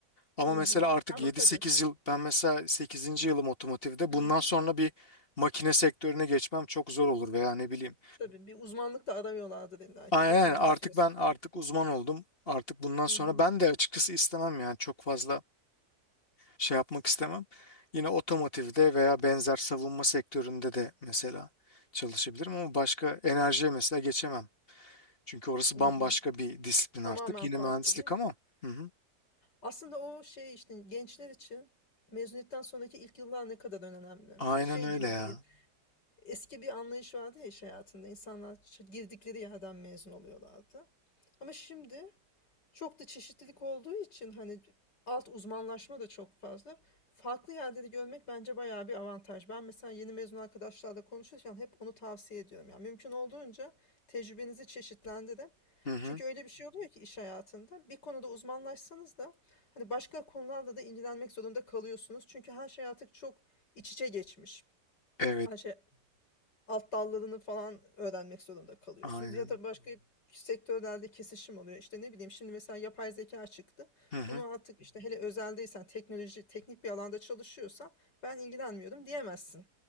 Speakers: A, on the left; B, on the left.
A: Ama
B: Hı
A: mesela
B: hı.
A: artık
B: Ama
A: yedi
B: tabii.
A: sekiz yıl ben mesela sekizinci yılım otomotivde.
B: Hı
A: Bundan
B: hı.
A: sonra bir makine sektörüne geçmem çok zor olur veya ne bileyim.
B: Tabii bir uzmanlık da aramıyorlardır illa
A: Aynen
B: ki değil mi?
A: artık
B: Bir süre sonra.
A: ben artık uzman oldum. Artık bundan
B: Hı
A: sonra
B: hı.
A: ben de açıkçası istemem yani çok fazla şey yapmak istemem. Yine otomotivde veya benzer savunma sektöründe de mesela çalışabilirim ama başka enerjiye mesela geçemem. Çünkü orası
B: Hı
A: bambaşka
B: hı.
A: bir disiplin
B: Tamamen
A: artık. Yine
B: farklı
A: mühendislik
B: değil mi?
A: ama. Hı hı.
B: Aslında o şey işte gençler için mezuniyetten sonraki ilk yıllar ne kadar önemli.
A: Aynen
B: Şey
A: öyle
B: gibi
A: ya.
B: değil eski bir anlayış vardı ya iş hayatında. İnsanlar ç- girdikleri yerden mezun oluyorlardı. Ama şimdi çok da çeşitlilik olduğu için hani alt uzmanlaşma da çok fazla. Farklı yerleri görmek bence bayağı bir avantaj. Ben mesela yeni mezun arkadaşlarla konuşurken hep onu tavsiye ediyorum. Yani mümkün olduğunca tecrübenizi çeşitlendirin.
A: Hı hı.
B: Çünkü öyle bir şey oluyor ki iş hayatında bir konuda uzmanlaşsanız da hani başka konularla da ilgilenmek zorunda kalıyorsunuz. Çünkü her şey artık çok iç içe geçmiş.
A: Evet,
B: Her şey alt dallarını falan öğrenmek zorunda kalıyorsunuz.
A: aynen.
B: Ya da başka sektörlerde kesişim oluyor. İşte ne bileyim şimdi mesela yapay zeka çıktı.
A: Hı hı.
B: Bunu artık işte hele özeldeysen teknoloji teknik bir alanda çalışıyorsan ben ilgilenmiyorum diyemezsin.